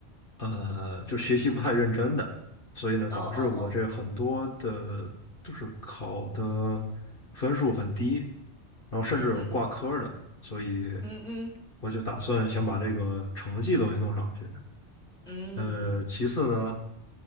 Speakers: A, on the left; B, in the centre.
A: 呃，就学习不太认真的，所以呢，
B: 哦哦哦。
A: 导致我这很多的，就是考的分数很低，然后甚至有挂科儿的，
B: 嗯嗯
A: 所以
B: 嗯嗯
A: 我就打算想把这个成绩都给弄上去。
B: 嗯，
A: 呃，其次呢，